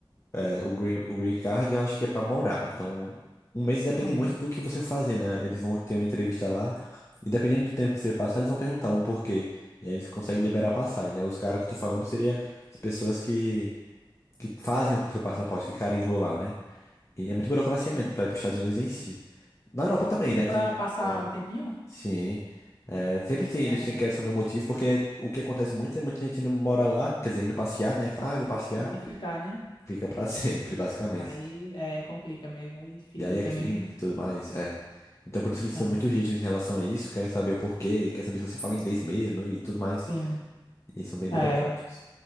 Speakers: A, on the left (about 30°); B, on the left (about 60°).
A: é, o Green, o Green Card eu acho que é pra morar. Então, um mês depende
B: Hum,
A: muito do que você fazer, né? Eles vão ter uma entrevista lá. E dependendo do tempo que você passar, eles vão perguntar um porquê. E aí eles conseguem liberar a passagem, né? Os caras que eu tô falando seria as pessoas que que fazem o seu passaporte,
B: hum,
A: que carimbam lá, né? E é muito burocracia
B: sim.
A: mesmo pra ir pros Estados Unidos em si. Na Europa também,
B: Até
A: né?
B: para
A: Tem.
B: passar
A: Vai.
B: um tempinho,
A: Sim. É, sempre tem,
B: é,
A: eles têm que saber o motivo, porque o que acontece muito é muita gente indo morar lá, quer dizer, indo passear, né? Ah, eu vou passear,
B: e e ficar, né?
A: fica pra <laughs> sempre, basicamente.
B: Aí é, complica mesmo, aí dificulta
A: E aí é crime
B: mesmo.
A: e tudo mais, é. Então por isso que eles
B: Ah,
A: são muito rígidos em relação a isso, querem saber o porquê, querem saber se você fala inglês mesmo e tudo mais.
B: sim.
A: E são bem burocráticos.
B: É.